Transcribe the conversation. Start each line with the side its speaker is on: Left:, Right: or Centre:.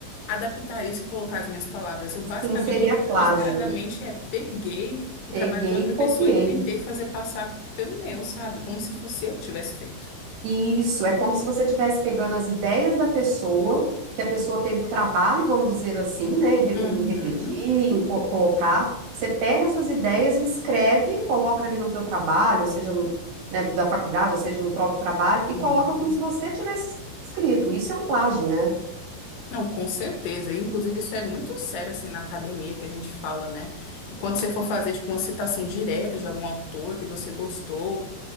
Left: adaptar isso e colocar as minhas palavras. Eu basicamente,
Right: Sim, seria plágio.
Left: desesperadamente, é peguei o
Right: Peguei
Left: trabalho de outra
Right: e copiei.
Left: pessoa e tentei fazer passar pelo meu, sabe? Como se fosse eu que tivesse feito.
Right: Isso, é como se você estivesse pegando as ideias da pessoa, que a pessoa teve trabalho, vamos dizer assim, né, em, re-
Left: Uhum.
Right: em refletir, em co- colocar. Você pega essas ideias e escreve, coloca ali no teu trabalho, ou seja, no- né, da faculdade, ou seja, no próprio trabalho, e
Left: Sim.
Right: coloca como se você tivesse escrito. Isso é um plágio, né?
Left: Não, com certeza. E, Inclusive, isso é muito sério, assim, na academia que a gente fala, né? E quando você for fazer, tipo, uma citação direta de algum autor que você gostou,